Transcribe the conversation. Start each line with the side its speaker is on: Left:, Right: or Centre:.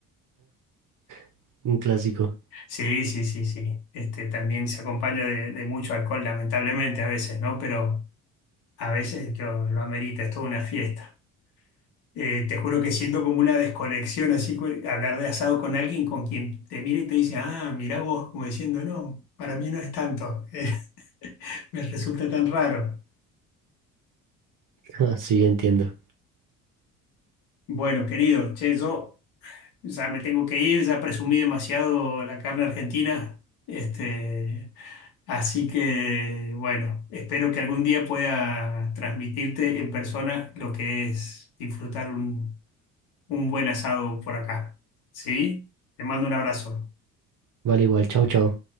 Right: <laughs> un clásico.
Left: Sí, sí, sí, sí. Este, también se acompaña de, de mucho alcohol, lamentablemente a veces, ¿no? Pero a veces yo- lo amerita, es toda una fiesta. Eh, te juro que siento como una desconexión así, cu- hablar de asado con alguien con quien te mira y te dice, ah, mirá vos, como diciendo, no, para mí no es tanto, <laughs> Eh, me resulta tan raro.
Right: <laughs> sí, entiendo.
Left: Bueno, querido, che, yo ya me tengo que ir, ya presumí demasiado la carne argentina, este, así que, bueno, espero que algún día pueda transmitirte en persona lo que es disfrutar un, un buen asado por acá, ¿sí? Te mando un abrazo.
Right: Vale, igual, chao, chao.